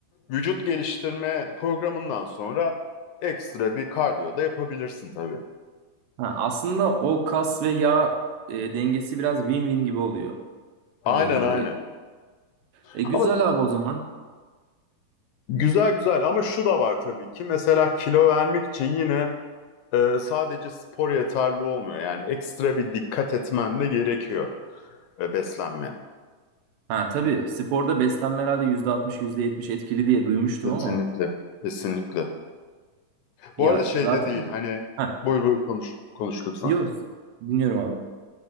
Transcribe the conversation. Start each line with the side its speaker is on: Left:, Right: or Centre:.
Left: vücut geliştirme programından sonra ekstra bir kardiyo da yapabilirsin tabii.
Right: Ha, aslında o kas ve yağ e, dengesi biraz win-win gibi oluyor
Left: Aynen
Right: anladığım kadarıyla.
Left: aynen.
Right: E güzel
Left: Ama
Right: abi o zaman.
Left: güzel güzel ama şu da var tabii ki mesela kilo vermek için yine e, sadece spor yeterli olmuyor. Yani ekstra bir dikkat etmen de gerekiyor e, beslenmene.
Right: Ha tabii sporda beslenme herhalde %60 %70 etkili diye duymuştum
Left: Kesinlikle.
Right: ama
Left: Kesinlikle.
Right: ya
Left: Bu arada şey
Right: zaten
Left: de değil hani
Right: <laughs>
Left: buyur buyur konuş konuş lütfen.
Right: Yok, dinliyorum abi.